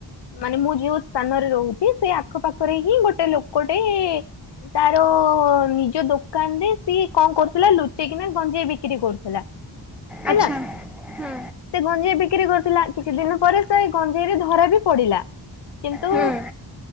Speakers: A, on the left (about 60°); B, in the centre.
A: ମାନେ ମୁଁ ଯଉ ସ୍ଥାନରେ ରହୁଚି ସେ ଆଖପାଖରେ ହିଁ ଗୋଟେ ଲୋକଟେ ତାର ନିଜ ଦୋ କାନ୍ ରେ ସିଏ କଣ କରୁଥିଲା ଲୁଚେଇକିନା ଗଞ୍ଜିେଇ ବିକ୍ରି କରୁଥିଲା। ହେଲା
B: ଆଚ୍ଛା ହୁଁ
A: ସେ ଗଞ୍ଜେଇ ବିକ୍ରୀ କରୁଥିଲା କିଛି ଦିନ ପରେ ସେଇ ଗଞ୍ଜେଇରେ ଧରା ବି ପଡିଲା କିନ୍ତୁ
B: ହୁଁ।